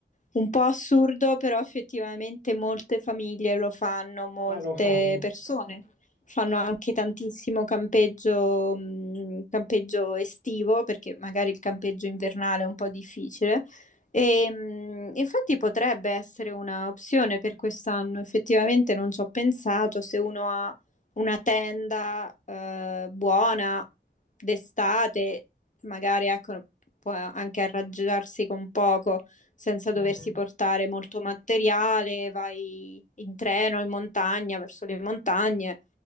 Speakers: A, on the left (about 40°); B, on the right (about 70°).
A: un po' assurdo, però effettivamente molte famiglie lo fanno, molte
B: già lo fanno.
A: persone fanno anche tantissimo campeggio, mh, campeggio estivo, perché magari il campeggio invernale è un po' difficile. E, mh, infatti potrebbe essere una opzione per quest'anno, effettivamente non ci ho pensato, se uno ha una tenda eh, buona d'estate, magari ecco, può anche arrangiarsi con poco senza doversi
B: Mhm,
A: portare molto materiale, vai in treno, in montagna, verso le montagne,